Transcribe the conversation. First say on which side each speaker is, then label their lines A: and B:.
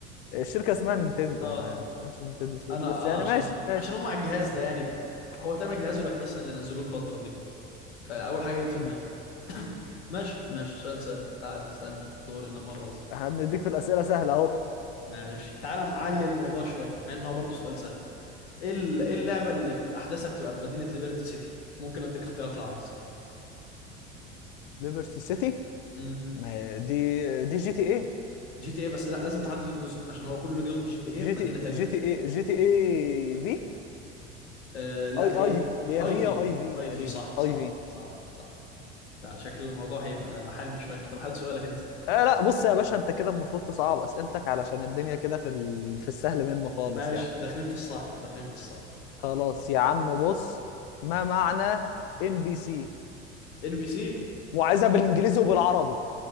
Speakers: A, on the left; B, on the left.
A: الشركة اسمها نينتندو
B: اه
A: ما اسمهاش نينتندو سويتش
B: انا
A: بس
B: اه
A: يعني
B: عشان
A: ماشي ماشي
B: عشان هم على الجهاز ده يعني هو تقريبا الجهاز الوحيد اصلا اللي نزلوه الفتره دي فاول حاجه جت
A: مم.
B: في دماغي ماشي
A: مم.
B: ماشي سؤال سهل تعال استنى دوري انا المره دي
A: احنا بنديك في الأسئلة سهلة اهو
B: ماشي تعال نعلي الموضوع شويه مع ان هو برضه سؤال سهل ايه ال- إيه اللعبه اللي احداثها بتبقى في مدينه ليبرتي سيتي ممكن اديك اختيارات لو عايز
A: ليبرتي سيتي
B: امم
A: ما هي دي دي جي تي ايه
B: جي تي اي بس لا لازم تحدد الجزء عشان هو كل جزء جي تي اي
A: جي
B: في
A: تي
B: مدينه تانية
A: جي تي ايه جي تي ايه في
B: آه لا
A: اي
B: هي
A: اي اللي هي
B: ايفي
A: في أو اي في
B: ايفي
A: تقريبا
B: صح صح
A: اي في
B: صح صح لا شكل الموضوع هيبقى حامي شويه طب هات سؤالك انت
A: آه لا بص يا باشا انت كده المفروض تصعب اسئلتك علشان الدنيا كده في ال... في السهل منه خالص
B: ماشي
A: يعني
B: داخلين في الصعب داخلين في الصعب
A: خلاص يا عم بص ما معنى ان بي سي
B: ان بي سي
A: وعايزها بالانجليزي وبالعربي